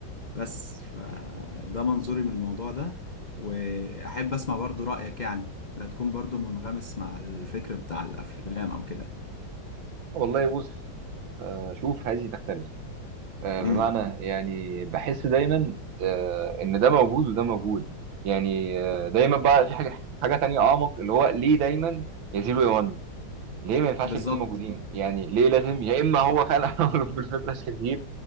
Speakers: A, on the left (about 85°); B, on the right (about 80°).
A: بس فده منظوري من الموضوع ده وأحب أسمع برضو رأيك يعني لا تكون برضو منغمس مع الفكر بتاع الأفلام أو كده يعني
B: والله بص آه شوف هذه تختلف آه
A: امم
B: بمعنى يعني بحس دايما آه ان ده موجود وده موجود يعني آه دايما بقى في حاجه حاجه تانية اعمق اللي هو ليه دايما يزيد وينقص ليه ما ينفعش
A: بالظبط
B: الاتنين موجودين يعني ليه لازم يا اما هو فعلا <laughs> عمله في الفتره الشرير